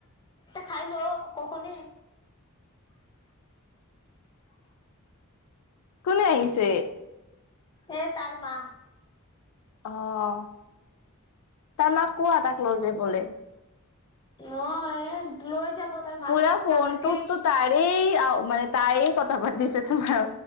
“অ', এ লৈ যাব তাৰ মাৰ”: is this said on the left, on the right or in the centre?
Left